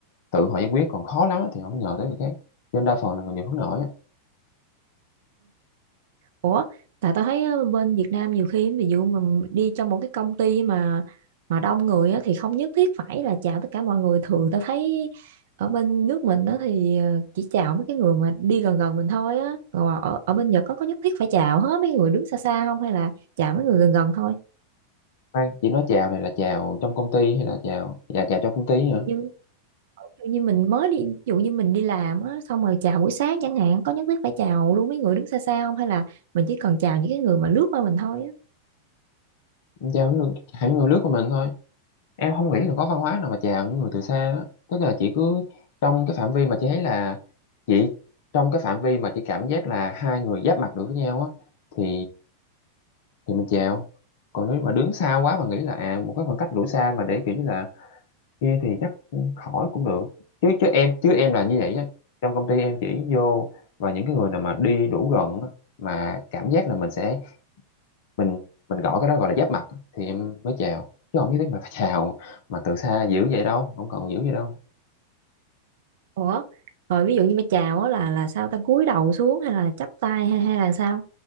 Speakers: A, on the left (about 50°); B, on the right (about 55°).
A: tự họ giải quyết còn khó lắm á thì họ mới nhờ tới người khác cho nên đa phần là người Nhật hướng nội á
B: Ủa, tại tao thấy á, bên Việt Nam nhiều khi ví dụ mình đi cho một cái công ty mà mà đông người á, thì không nhất thiết phải là chào tất cả mọi người. Thường tao thấy ở bên nước mình á, thì ờ, chỉ chào mấy cái người mà đi gần gần mình thôi á. Còn mà ở, ở bên Nhật có có nhất thiết phải chào hết mấy người đứng xa xa không hay là chào mấy người gần gần thôi?
A: Khoan, chỉ nói chào này là chào trong công ty hay là chào dạ chào trong công ty
B: Ví
A: hả
B: dụ như ví dụ như mình mới đi, ví dụ như mình đi làm á, xong rồi chào buổi sáng chẳng hạn, có nhất thiết phải chào luôn mấy người đứng xa xa không hay là mình chỉ cần chào những cái người mà lướt qua mình thôi á?
A: chào những người, chào những người nước của mình thôi em không nghĩ là có văn hóa nào mà chào những người từ xa á. tức là chỉ cứ trong cái phạm vi mà chị thấy là chị trong cái phạm vi mà chị cảm giác là hai người giáp mặt được với nhau á thì thì mình chèo còn nếu mà đứng xa quá mà nghĩ là à một cái khoảng cách đủ xa mà để kiểu như là kia thì chắc khỏi cũng được chứ chứ em chứ em là như vậy á trong công ty em chỉ vô và những cái người nào mà đi đủ gần á, mà cảm giác là mình sẽ mình mình gọi cái đó gọi là giáp mặt á, thì em mới chào chứ không nhất thiết mà phải <laughs> chào mà từ xa dữ vậy đâu không cần dữ vậy đâu
B: Ủa, rồi ví dụ như mà chào á là là sao ta cúi đầu xuống hay là chắp tay hay hay là sao?